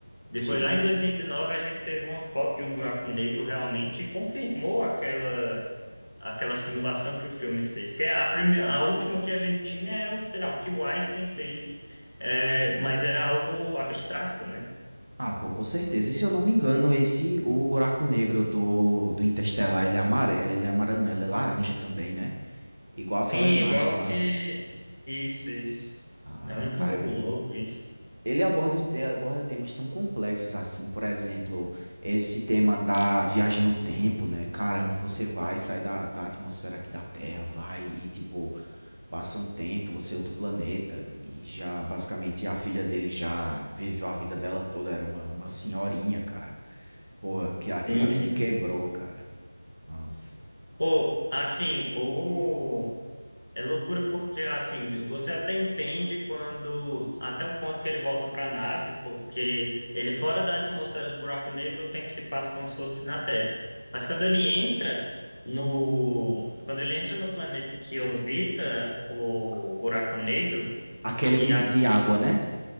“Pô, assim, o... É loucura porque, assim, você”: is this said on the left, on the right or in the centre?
Left